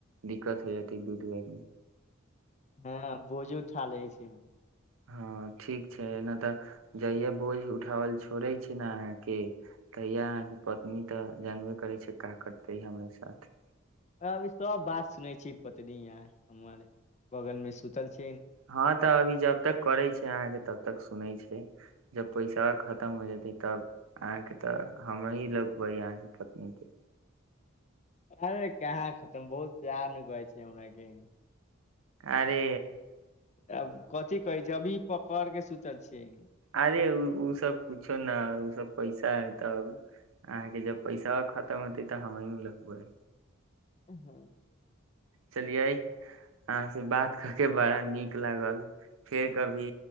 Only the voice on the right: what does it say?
दिक्कत होइ जत दूधवर
हँ ठीक छैना तऽ जहिया बोझ उठावल छोड़े छै ने अहाँके तहिया अहाँके पत्नी तऽ जानबे करै छै का करते हमरा साथ
हँ तऽ अभी जब जब तक करे छै अहाँ के तबतक सुनै छै जब पैसा खतम हो जेते तब अहाँ के तऽ हमही लौकबै अहाँके पत्नी के
आरे
अरे ओ सब कुछो न ओ सब पैसा है तब अहाँके जब पैसा खतम होते तऽ हमी लकबैै
चलिये अहाँ से बात के बड़ा नीक लागल फेर कभी